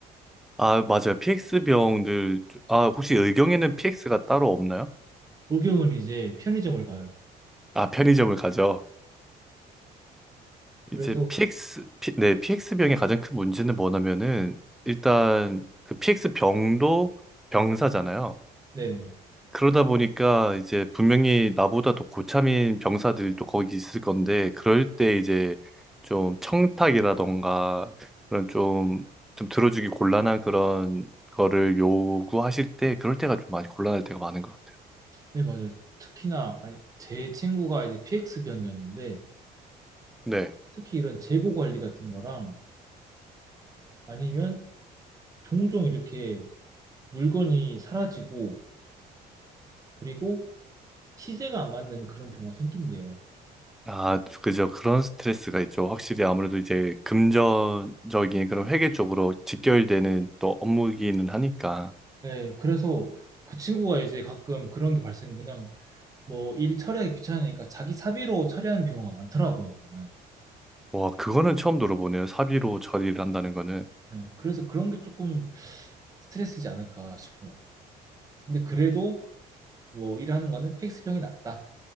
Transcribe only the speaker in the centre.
아, 맞아요. PX 병들, 아, 혹시 의경에는 PX가 따로 없나요?
아, 편의점을 가죠.
이제 PX, 피- 네, PX 병의 가장 큰 문제는 뭐냐면은, 일단 그 PX 병도 병사잖아요.
그러다 보니까 이제 분명히 나보다 더 고참인 병사들이 또 거기 있을 건데, 그럴 때 이제 좀 청탁이라던가, 그런 좀, 좀 들어주기 곤란한 그런 거를 요구하실 때, 그럴 때가 좀 많이 곤란할 때가 많은 것 같아요.
네.
아, 그죠. 그런 스트레스가 있죠. 확실히 아무래도 이제 금전적인 그런 회계 쪽으로 직결되는 또 업무이기는 하니까.
와, 그거는 처음 들어보네요. 사비로 처리를 한다는 거는.